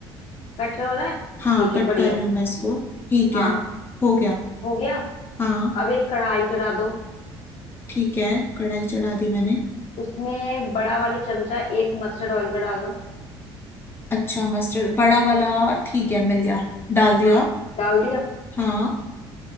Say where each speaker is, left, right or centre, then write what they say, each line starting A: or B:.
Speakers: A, on the left; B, on the left.
A: कट रहा हो रहा है
B: हाँ
A: ठीक
B: कट
A: है बढ़िया
B: कर रही
A: है
B: हूँ मैं इसको ठीक
A: हाँ
B: है हो गया
A: हो गया
B: हाँ
A: अब एक कढ़ाई चढ़ा दो
B: ठीक है कढ़ाई चढ़ा दी मैंने
A: उसमें बड़ा वाली चमचा एक मस्टर्ड ऑयल का डालो
B: अच्छा मस्टर्ड बड़ा वाला ठीक है मिल गया डाल
A: हाँ
B: दिया
A: डाल दिया
B: हाँ